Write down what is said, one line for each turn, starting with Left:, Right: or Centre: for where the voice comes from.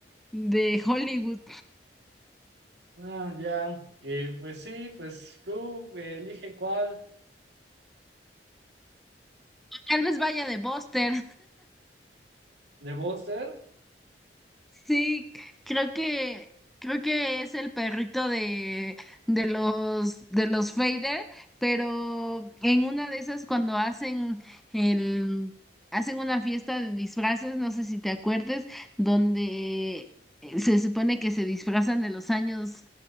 Centre: de Hollywood.
Right: Ah, ya. Eh, pues sí, pues tú eh, elige cuál
Centre: Tal vez vaya de Buster.
Right: de Buster
Centre: Sí, creo que creo que es el perrito de, de los de los Fader, pero en una de esas cuando hacen el hacen una fiesta de disfraces, no sé si te acuerdes, donde eh, se supone que se disfrazan de los años